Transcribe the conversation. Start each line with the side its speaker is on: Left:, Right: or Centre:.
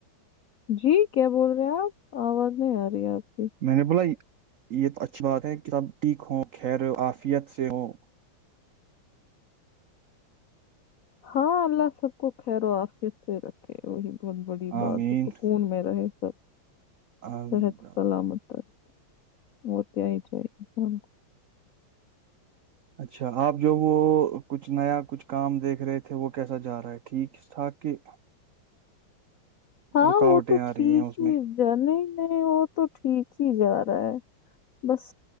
Left: جی کیا بول رہے آپ آواز نہیں آ رہی آپ <unintelligible>
Right: میں نے بلائی <unintelligible> یہ اچھی بات ہے کہ تب ٹھیک ہوں خیر عفیت سے ہوں <unintelligible>
Left: ہاں اللہ سب کو خیر و آفت سے رکھے وہی بہت بڑی بات
Right: آمین
Left: ہے سکون میں رہے سب
Right: آمین۔
Left: صحت سلامت ت <unintelligible> وہ تیا ہی چاہے کو <unintelligible>
Right: اچھا آپ جو وہ کچھ نیا کچھ کام دیکھ رہے تھے وہ کیسا جا رہا ہے ٹھیکٹھاک کہ
Left: ہاں
Right: رکاوٹیں
Left: وہ تو
Right: آ
Left: ٹھیک
Right: رہی ہیں اس
Left: ہی
Right: میں
Left: ج نہیں نہیں وہ تو ٹھیک ہی جا رہا ہے بس